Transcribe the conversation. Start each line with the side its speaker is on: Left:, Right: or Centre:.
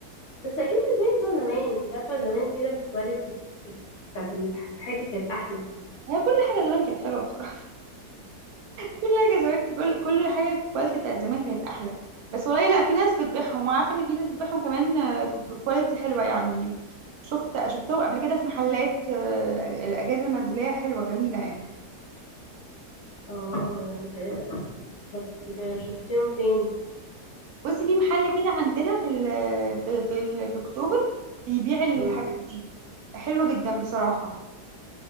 Left: بس اكيد مش زي بتوع زمان انت عارفه زمان كده الكواليتي بتاعت الحاجه كانت احلى
Right: هي كل حاجه زمان كانت حلوه بصراحه كل حاجه زمان كل كل حاجه الكواليتي بتاعت زمان كانت احلى بس والله لا في ناس بتبيعهم وعارفه ان في ناس بتبيعهم كمان آه، بكواليتي حلوه يعني شفت شفتهم قبل كده في محلات آه، الاجهزه المنزليه حلوه جميله يعني
Left: اه محلات- طب شفتيهم فين
Right: بصي في محل كده عندنا في ال في في, ال في اكتوبر بيبيع الحاجات
Left: مم.
Right: دي حلوه جدا بصراحه